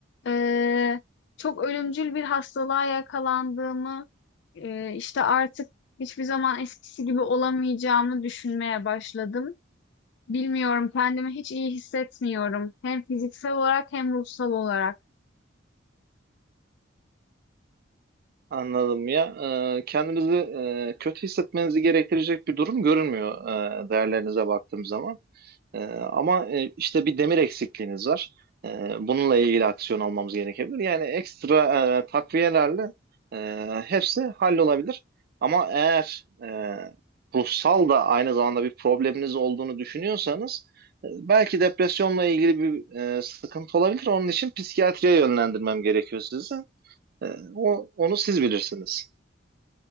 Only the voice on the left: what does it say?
Ee, çok ölümcül bir hastalığa yakalandığımı, e, işte artık hiçbir zaman eskisi gibi olamayacağımı düşünmeye başladım. Bilmiyorum, kendimi hiç iyi hissetmiyorum. Hem fiziksel olarak hem ruhsal olarak.